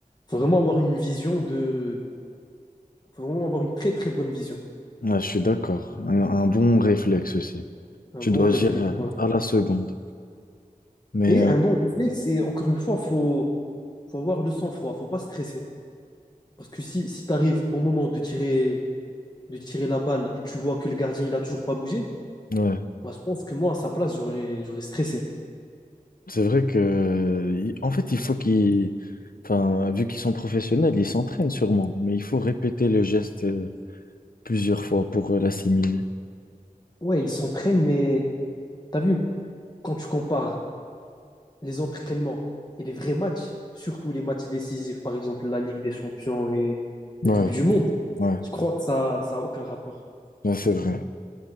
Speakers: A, on the left (about 30°); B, on the left (about 80°).
A: faut vraiment avoir une vision de, faut vraiment avoir une très très bonne vision,
B: Ah, je suis d'accord. Un, un bon réflexe aussi.
A: un
B: Tu
A: bon
B: dois
A: réflexe.
B: agir euh,
A: ouais.
B: à la seconde. Mais
A: Et
B: euh,
A: un bon réflexe, c'est encore une fois, faut faut avoir le sang-froid, faut pas stresser. Parce que si, si tu arrives au moment de tirer, de tirer la balle et tu vois que le gardien il a toujours pas bougé,
B: ouais,
A: bah, je pense que moi à sa place j'aurais j'aurais stressé.
B: c'est vrai que, euh, il- en fait, il faut qu'ils, enfin, vu qu'ils sont professionnels, ils s'entraînent sûrement. Mais il faut répéter le geste euh, plusieurs fois pour euh, l'assimiler.
A: Ouais, ils s'entraînent, mais t'as vu, quand tu compares les entraînements et les vrais matchs, surtout les matchs décisifs, par exemple la Ligue des Champions et
B: Ouais,
A: en Coupe du Monde,
B: ouais,
A: je crois que ça n'a aucun rapport.
B: là, c'est vrai.